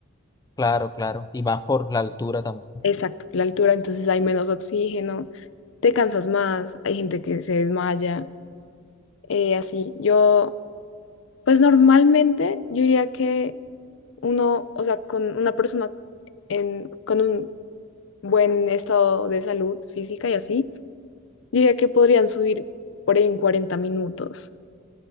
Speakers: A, on the left (about 20°); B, on the left (about 65°).
A: claro, claro. Y más por la altura también.
B: Exacto, la altura, entonces hay menos oxígeno, te cansas más, hay gente que se desmaya. eh, así, yo, pues normalmente yo diría que uno, o sea, con una persona en, con un buen estado de salud física y así, yo diría que podrían subir por ahí en 40 minutos,